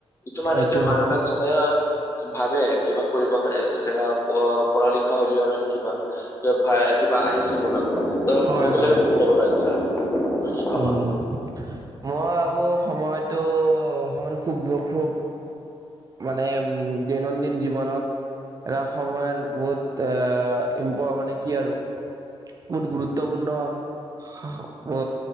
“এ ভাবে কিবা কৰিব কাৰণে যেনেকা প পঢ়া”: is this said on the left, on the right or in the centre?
Left